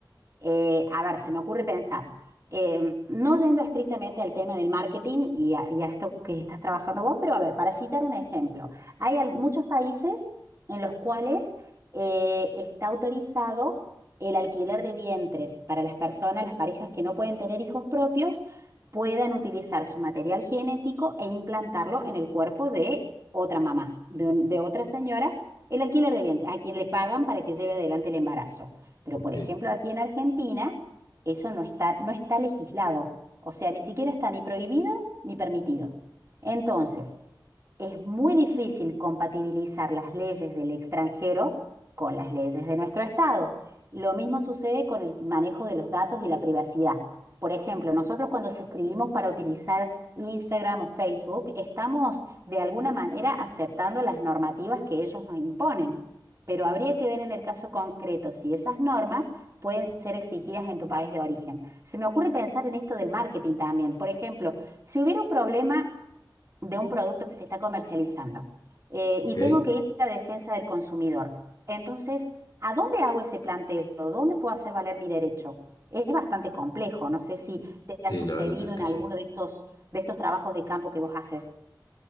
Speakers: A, on the right (about 40°); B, on the left (about 60°).
A: eh, a ver, se me ocurre pensar, eh, no yendo estrictamente al tema del marketing y a, y a esto que estás trabajando vos, pero a ver, para citar un ejemplo, hay al- muchos países en los cuales eh, está autorizado el alquiler de vientres para las personas, las parejas que no pueden tener hijos propios, puedan utilizar su material genético e implantarlo en el cuerpo de otra mamá, de, un- de otra señora, el alquiler de vientre, a quien le pagan para que lleve adelante el embarazo. Pero,
B: ok,
A: por ejemplo, aquí en Argentina, eso no está, no está legislado. O sea, ni siquiera está ni prohibido ni permitido. Entonces, es muy difícil compatibilizar las leyes del extranjero con las leyes de nuestro Estado. Lo mismo sucede con el manejo de los datos y la privacidad. Por ejemplo, nosotros cuando suscribimos para utilizar Instagram o Facebook, estamos de alguna manera aceptando las normativas que ellos nos imponen. Pero habría que ver en el caso concreto si esas normas pueden ser exigidas en tu país de origen. Se me ocurre pensar en esto del marketing también. Por ejemplo, si hubiera un problema de un producto que se está comercializando eh,
B: ok.
A: y tengo que ir a la defensa del consumidor. Entonces, ¿a dónde hago ese planteo? ¿Dónde puedo hacer valer mi derecho? Es bastante complejo. No sé si te ha
B: Sí,
A: sucedido
B: la verdad es que
A: en alguno
B: sí.
A: de estos, de estos trabajos de campo que vos haces.